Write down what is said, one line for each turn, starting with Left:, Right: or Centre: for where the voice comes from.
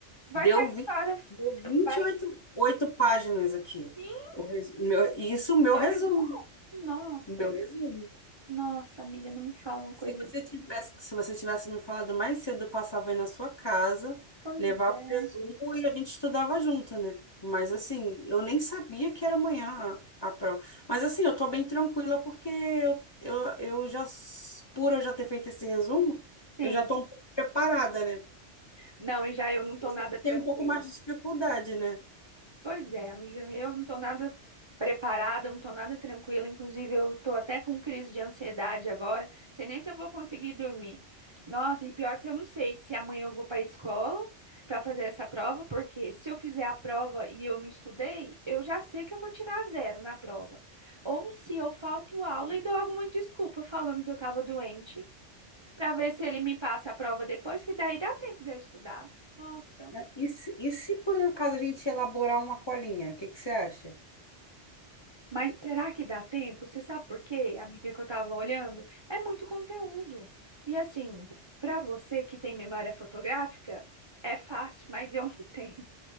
Right: vai
Left: deu,
Right: cair
Left: vi-
Right: história,
Left: deu 28
Right: vai.
Left: oito oito páginas aqui.
Right: Sim,
Left: O res- o meu, e isso o meu
Right: Seu
Left: resumo.
Right: resumo? Nossa,
Left: o Meu resumo.
Right: nossa, amiga, não me fala uma
Left: Se
Right: coisa.
Left: você tivesse, se você tivesse me falado mais cedo, eu passava aí na sua casa,
Right: Pois
Left: levava
Right: é.
Left: o resumo e a gente estudava junto, né? Mas assim, eu nem sabia que era amanhã a, a prova. Mas assim, eu tô bem tranquila porque eu, eu, eu já, s- por eu já ter feito esse resumo,
Right: Sim.
Left: eu já tô um pouco preparada, né?
Right: Não, e já eu não tô
Left: Você
Right: nada
Left: que tem
Right: tranquila.
Left: um pouco mais de dificuldade, né?
Right: Pois é, amiga, eu não estou nada preparada, eu não estou nada tranquila, inclusive eu estou até com crise de ansiedade agora, sei nem se eu vou conseguir dormir. Nossa, e pior que eu não sei se amanhã eu vou para a escola para fazer essa prova, porque se eu fizer a prova e eu não estudei, eu já sei que eu vou tirar zero na prova. Ou se eu falto aula e dou alguma desculpa falando que eu estava doente, para ver se ele me passa a prova depois, que daí dá tempo de eu estudar. Nossa.
Left: Não, E se, e se por um acaso a gente elaborar uma colinha, o que que você acha?
Right: Mas será que dá tempo? Você sabe por quê, amiga, que eu estava olhando? É muito conteúdo. E assim, para você que tem memória fotográfica, é fácil, <laughs> mas eu não <laughs> tenho.